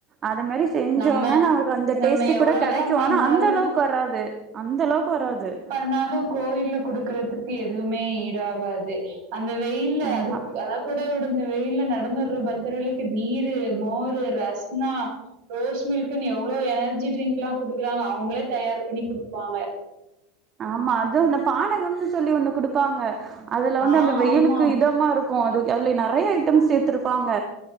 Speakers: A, on the right; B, on the right.
A: அத மேரி செஞ்சோனா
B: நம்ம
A: நமக்கு அந்த
B: நம்ம
A: டேஸ்ட்டு
B: எவ்ளோதான்
A: கூட கிடைக்கு
B: பண்ணாலும்
A: ஆனா அந்த அளவ்க்கு வராது அந்த அளவ்க்கு வராது
B: ந்தாலு கோயில குடுக்கறதுக்கு எதுவுமே ஈடாகாது அந்த வெயில் இல்ல
A: ஆமா
B: அதுக் அதாத் குடு விடு இந்த வெயில நடந்து வர்ற பத்தர்களுக்கு நீரு மோரு ரஸ்னா ரோஸ் மில்குன்னு எவ்ளோ எனர்ஜி ட்ரிங்க்ல்லா குடுக்குறாங்க அவ்ங்களே தயார் பண்ணி குடுப்பாங்க
A: ஆமா அது அந்த பானகம்னு சொல்லி ஒண்ணு குடுப்பாங்க அதுல வந்து
B: ஆ
A: அந்த வெயிலுக்கு
B: ஆமா.
A: இதமா இருக்கு அது அதுல நிறைய ஐட்டம்ஸ் சேத்திருப்பாங்க